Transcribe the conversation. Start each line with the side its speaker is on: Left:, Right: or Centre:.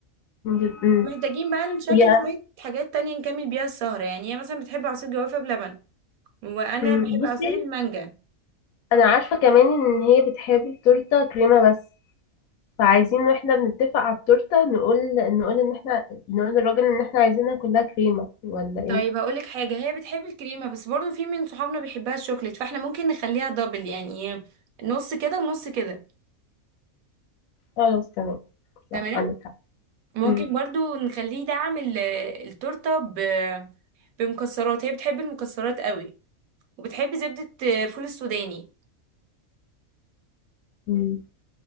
Left: مم.
Right: محتاجين بقى نشكل
Left: يعني
Right: شويه حاجات تانية نكمل بيها السهره يعني هي مثلا بتحب عصير جوافه بلبن وانا
Left: مم.
Right: بحب
Left: بصي
Right: عصير المانجا
Left: انا عارفة كمان ان هي بتحب التورتة كريمة بس فعايزين واحنا بنتفق على التورتة نقول نقول ان احنا نقول للراجل ان احنا عايزينها كلها كريمة ولا ايه
Right: طيب هقولك حاجه هي بتحب الكريمه بس برضو في من صحابنا بيحبها الشوكليت فاحنا ممكن نخليها دبل يعني نص كده ونص كده
Left: خلاص تمام صح
Right: تمام
Left: عندك حق
Right: ممكن
Left: مم.
Right: برضو نخليه دعم ال- التورتة ب- بمكسرات هي بتحب المكسرات قوي وبتحب زبدة آه، فول السوداني
Left: مم.